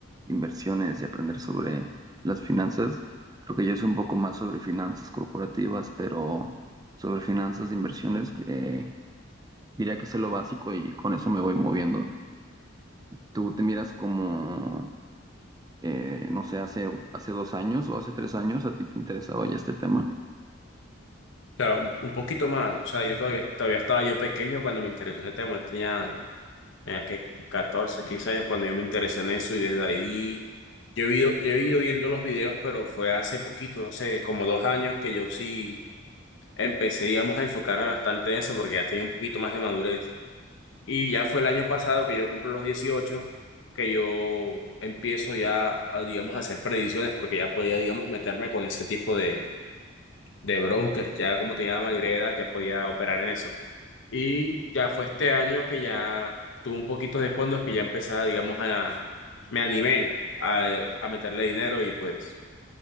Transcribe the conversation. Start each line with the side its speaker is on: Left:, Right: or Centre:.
Right: inversiones y aprender sobre las finanzas. Creo que yo sé un poco más sobre finanzas corporativas, pero sobre finanzas de inversiones, eh, diría que sé lo básico y con eso me voy moviendo. ¿Tú te miras como eh, no sé, hace, hace dos años o hace tres años a ti te interesaba ya este tema.
Left: sea, un, un poquito más. O sea, yo todavía, todavía estaba yo pequeño cuando me interesó ese tema. Yo tenía, tenía que 14, 15 años cuando yo me interesé en eso y desde ahí yo he ido, yo he ido viendo los videos, pero fue hace poquito, hace como dos años que yo sí empecé, digamos, a enfocarme bastante en eso porque ya tenía un poquito más de madurez. Y ya fue el año pasado que yo cumplo los dieciocho que yo empiezo ya, a, digamos, a hacer predicciones porque ya podía, digamos, meterme con ese tipo de de broker, ya como tenía la mayoría de edad, ya podía operar en eso. Y ya fue este año que ya tuve un poquito de fondos que ya empezaba, digamos, a, me animé a, a meterle dinero y pues